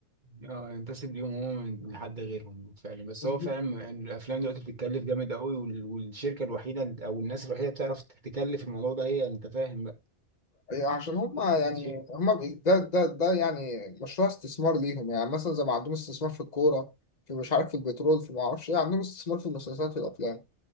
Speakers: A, on the right (about 40°); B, on the left (about 40°).
A: اه ينتسب ليهم هما من لحد غيرهم فعلا بس
B: 100%
A: هو فعلا الافلام دلوقتي بتتكلف جامد قوي وال- والشركه الوحيده او الناس الوحيده بتعرف تكلف الموضوع ده هي انت فاهم
B: عشان هم يعني
A: بقى
B: هم بي- ده ده ده يعني مشروع استثمار ليهم يعني مثلا زي ما عندهم استثمار في الكورة في مش عارف في البترول في ما اعرفش ايه عندهم استثمار في المسلسلات في الأفلام